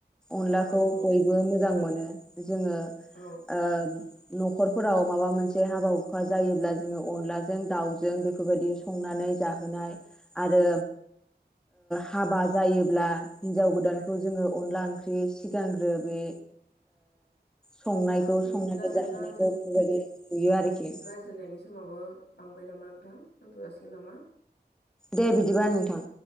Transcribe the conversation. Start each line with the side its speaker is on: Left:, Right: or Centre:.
Centre: अनलाखौ
Left: औ नंगौ
Centre: बयबो मोजां मोनो जोंङो
Left: औ
Centre: ओ न'खरफोराव माबा मोनसे हाबा हुखा जायोब्ला जोंङो अनलाजों दाउजों बेफोरबायदि संनानै जाहोनाय आरो हाबा जायोब्ला हिनजाव गोदानखौ जोङो अनला ओंख्रि सिगांग्रो बे संनायखौ
Left: ओ बिदिब्ला
Centre: संनानै
Left: नोंथां
Centre: जाहोनायखौ बेफोरबायदि नुयो आरोखि
Left: दोननायनि समावबो बांबाय नामा नोंथां दोनथ' जासिगोन नामा
Centre: दे बिदिबा नोंथां